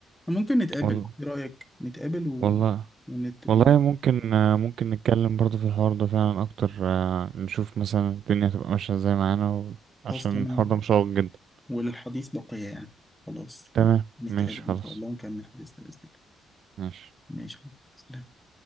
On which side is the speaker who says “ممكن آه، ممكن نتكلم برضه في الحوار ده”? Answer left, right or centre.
Right